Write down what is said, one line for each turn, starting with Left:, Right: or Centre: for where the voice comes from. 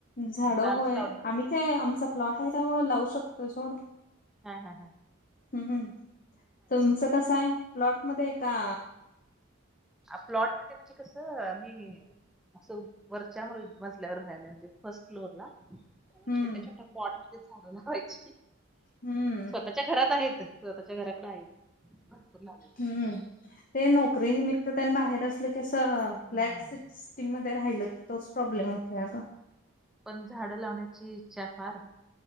Left: झाडं
Centre: मी कालच
Left: होय.
Centre: लावली बघ.
Left: आम्ही काय आमचा प्लॉट आहे त्यामुळे लावू शकतो सोड.
Centre: हां हां हां.
Left: हं हं. तुमचं कस आहे प्लॉट मध्ये का?
Centre: आ प्लॉट मध्ये म्हणजे कसं मी असं वरच्या मजल्यावर राहायला, म्हणजे फर्स्ट फ्लोअर ला. आणि
Left: हम्म
Centre: छोट्या छोट्या पॉट मध्ये झाड लावायची.
Left: हम्म
Centre: स्वतःच्या घरात आहे. स्वतःच्या घराकड आहे भरपूर लावली.
Left: हं. ते नोकरीनमित्त त्यां बाहेर असलं की असं
Centre: हम्म
Left: फ्लॅट सीस्टीम मध्ये राहिल तोच प्रॉब्लेम होतो अगं.
Centre: पण झाडं लावण्याची इच्छा फार.